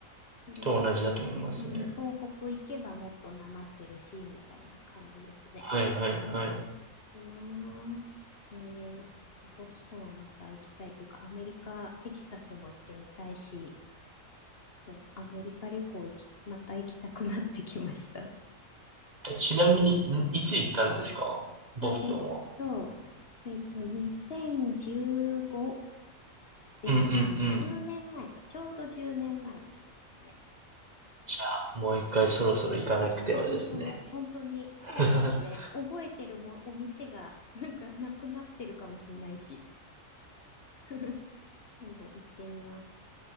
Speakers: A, on the left (about 50°); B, on the right (about 35°).
A: それ、
B: と同じだと思いますね。
A: うん、東北行けばもっとなまってるし、みたいな感じですね。
B: はいはいはい。
A: そうなあえーボストンはまた行きたいというか、アメリカ、テキサスも行ってみたいし、とアメリカ旅行行き、また行きたくなってきました。
B: え、ちなみに、んいつ行ったんですかボストンは。
A: <laughs> はい、えーっと、えーっと、2015ですかね。
B: うんうんうん。
A: 年前か、ちょうど10年前ぐらいですね。
B: じゃあ、もう一回そろそろ行かなくてはですね。
A: いや、本当に、本当に、
B: <laughs>
A: そうですよね。覚えてるも、お店が、なんか、なくなってるかもしれないし。<laughs> 今度行ってみます。